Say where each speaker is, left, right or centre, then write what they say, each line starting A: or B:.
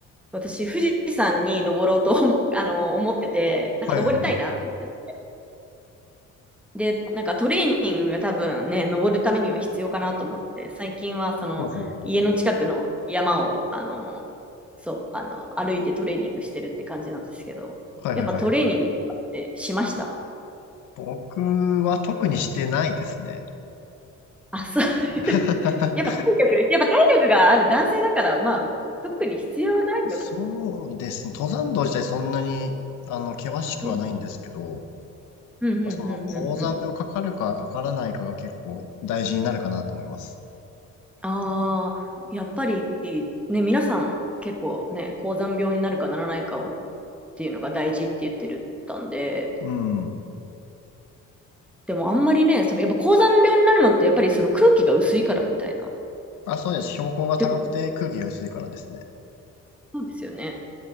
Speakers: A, in the centre; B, on the left (about 85°).
A: 私、富士山に登ろうと <laughs> あの、思ってて、なんか登りたいなと思って
B: はいはいはい。
A: で、なんかトレーニングが多分ね、登るためには必要かなと思って、最近はその家の近くの山を、
B: ほうほうほう。
A: あの、そう、あの、歩いてトレーニングしてるって感じなんですけど、
B: はいはいはい。
A: やっぱトレーニングってしました
B: 僕は特にしてないですね。
A: <laughs> あ、そう。<laughs>
B: <laughs>
A: やっぱ体力、やっぱ体力がある男性だから、まあ、特に必要ないのか。
B: そうですね。登山道自体そんなに、あの、険しくはないんですけど、
A: うんうん。うんうんうんうんうん。
B: その、高山病かかるかかからないかが結構大事になるかなと思います。
A: ああ、やっぱりね、皆さん結構ね、高山病になるかならないかをっていうのが大事って言ってるったんで、
B: うん。
A: でもあんまりね、そのやっぱ高山病になるのってやっぱりその空気が薄いからみたいな。っ
B: あ、そうです。標高が高くて空気が薄いからですね。
A: てことそうですよね。